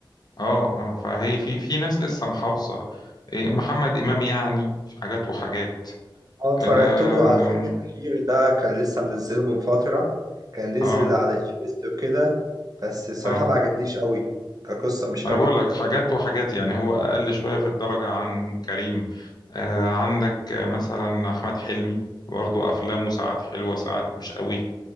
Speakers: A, on the left; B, on the right.
A: اه اه فهي في في ناس لسه محافظه إيه، محمد امام يعني حاجات وحاجات
B: اه اتفرجت
A: آم،
B: له على الفيلم الأخير ده كان لسه منزله من فترة كان نزل
A: اه
B: على إيجيبست وكده بس الصراحة
A: اه
B: ما عجبنيش قوي كقصة مش قوي
A: انا بقول لك حاجات وحاجات يعني هو اقل شويه في الدرجه عن كريم آه عندك آه، مثلا احمد حلمي برضه افلامه ساعات حلوه ساعات مش قوي